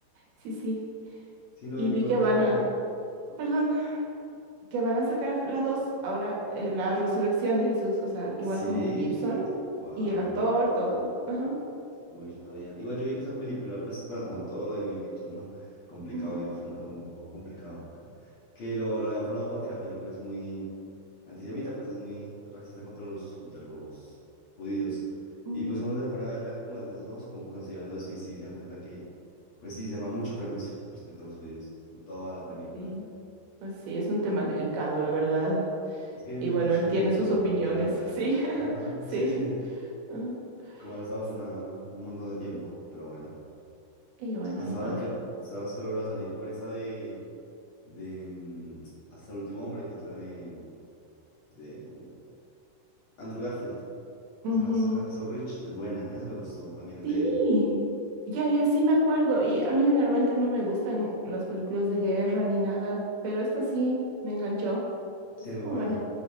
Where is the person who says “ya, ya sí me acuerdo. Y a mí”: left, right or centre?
Right